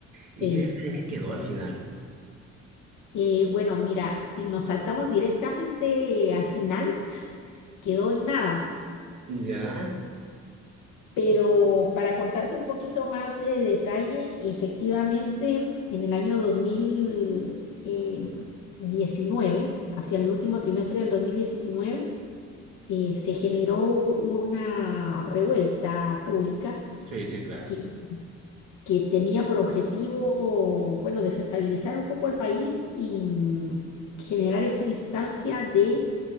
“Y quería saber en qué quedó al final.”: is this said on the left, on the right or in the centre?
Right